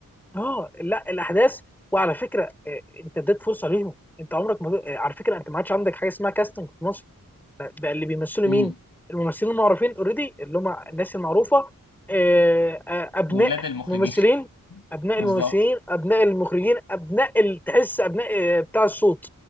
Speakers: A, in the centre; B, on the left.
A: اه لا الاحداث وعلى فكره آه، انت اديت فرصه ليهم انت عمرك ما آه، على فكره انت ما عادش عندك حاجه اسمها كاستنج في مصر بقى اللي بيمثلوا
B: امم
A: مين الممثلين المعروفين اوريدي اللي هم الناس المعروفه آه، آه، ابناء
B: ولاد المخرجين
A: ممثلين ابناء
B: بالظبط
A: الممثلين ابناء المخرجين ابناء ال- تحس ابناء آه، بتاع الصوت